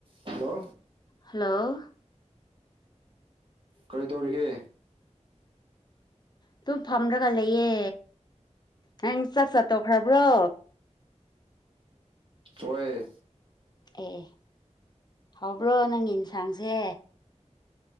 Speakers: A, on the right; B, on the left.
A: ꯍꯜꯂꯣ
B: ꯍꯜꯂꯣ
A: ꯀꯔꯤ ꯇꯧꯔꯤꯒꯦ
B: ꯑꯗꯨꯨꯝ ꯐꯝꯂꯒ ꯂꯩꯌꯦ ꯅꯪ ꯆꯥꯛ ꯆꯠꯇꯣꯛꯈ꯭ꯔꯕ꯭ꯔꯣ
A: ꯄꯣꯏ
B: ꯑꯦ ꯑꯦ ꯍꯧꯕ꯭ꯔꯣ ꯅꯪ ꯏꯟꯁꯥꯡꯁꯦ